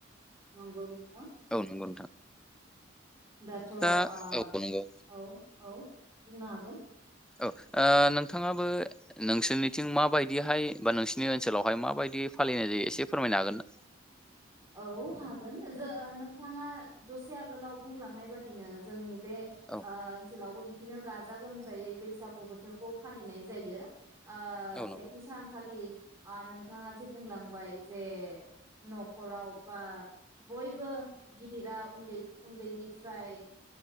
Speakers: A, on the right; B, in the centre.
A: नंगौ नोंथां
B: औ नंगौ नोंथां
A: दाथ औ
B: दा नंगौ
A: औ बुंनो हागोन।
B: औ नोंथाङाबो नोंसोरनिथिं माबायदिहाय बा नोंसिनि ओनसोलावहाय माबायदि फालिनाय जायो एसे फोरमायनो हागोन ना।
A: औ हागोन जों ओ नोंथाङा दसे आगोलाव बुंलांनाय बादिनो जोंनि बे
B: औ
A: ओ ओनसोलावबो बि बिदिनो गाजा गोमजायै बैसागु बोथोरखौ फालिनाय जायो। ओ
B: औ
A: सेथि
B: नंगौ
A: सानखालि नोंथाङा जे बुंलांबाय जे न। खराव बा बयबो गिदिरा उन्दै उन्दैनिफ्राय